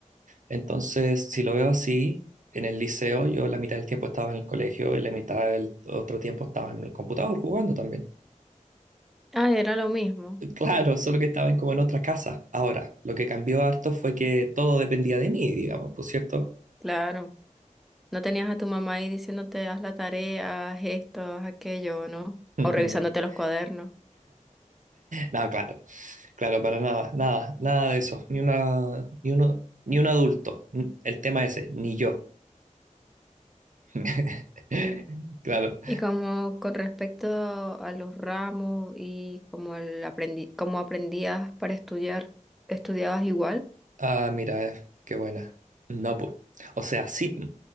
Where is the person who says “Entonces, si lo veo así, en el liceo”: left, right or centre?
Right